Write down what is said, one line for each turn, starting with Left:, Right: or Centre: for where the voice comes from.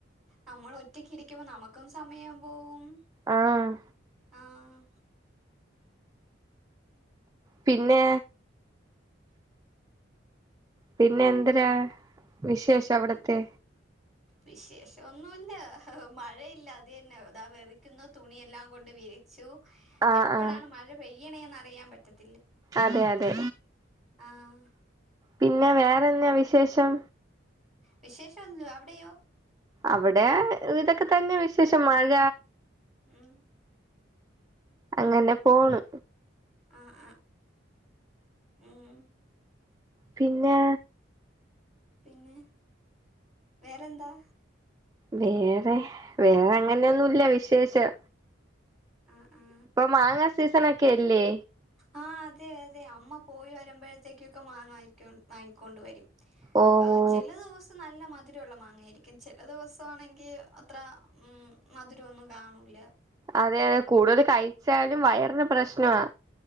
Centre: നമ്മളൊറ്റക്കിരിക്കുമ്പൊ നമക്കും സമയം പോവും
Right: ആഹ്
Centre: ആഹ്
Right: പിന്നേ പിന്നെ എന്തെരാ വിശേഷം അവിട്ത്തെ
Centre: പി വിശേഷം ഒന്നൂല്ല മഴയില്ല അത് തന്നെ ഇതാ വെറിക്കുന്നു തുണിയെല്ലാം കൊണ്ട് വിരി ച്ചു
Right: ആഹ്
Centre: എപ്പഴാണ്
Right: ആഹ്
Centre: മഴ പെയ്യ്ണേന്ന് അറിയാ പറ്റത്ത
Right: അതെ അതെ
Centre: ആഹ്
Right: പിന്നെ വേറെന്നാ വിശേഷം
Centre: വിശേഷന്തു അവിടെയോ?
Right: അവ്ടെ ഇതൊക്ക തന്നെ വിശേഷം മഴ.
Centre: ഉം
Right: അങ്ങന പോണ്.
Centre: ആഹ്, ആഹ് ഉം
Right: പിന്നെ
Centre: പിന്നെ വേറെന്താ?
Right: വേറെ വേറെ അങ്ങനെയൊന്നുല്ല വിശേഷം.
Centre: ആഹ് ആഹ്
Right: ഇപ്പൊ മാങ്ങാസീസണൊക്കെ അല്ലേ?
Centre: ആഹ് അതെ അതെ അമ്മപോയി വരുമ്പോഴത്തേക്കൊക്കെ മാങ്ങ വാങ്ങിക്കോ വാങ്ങിക്കൊണ്ടവരും.
Right: ഓ
Centre: ആഹ്
Right: ഓ
Centre: ചെലെദൂസ് നല്ല മധുരമുള്ള മാങ്ങായിരിക്കും ചെലെ ദിവെസോണെങ്കി അത്ര ഉം മധുരമൊന്നും കാണൂല.
Right: അതെ അതെ കൂടുതൽ കഴിച്ചാലും വയറിന് പ്രശ്നവാ.